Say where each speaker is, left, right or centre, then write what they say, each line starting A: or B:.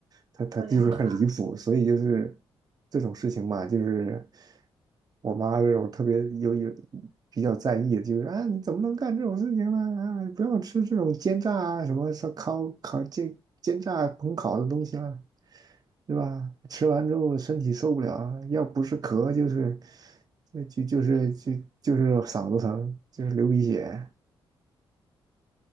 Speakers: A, on the right (about 40°); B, on the right (about 70°).
A: 它它就是很离谱，
B: 喝凉茶，
A: 所以就是这种事情嘛，就是我妈这种特别有有比较在意，就是啊、你怎么能干这种事情呢？啊，不要吃这种煎炸啊什么烧烤烤煎煎炸烹烤的东西啦、对吧？吃完之后身体受不了，要不是咳就是呃就就是就就是嗓子疼，就是流鼻血。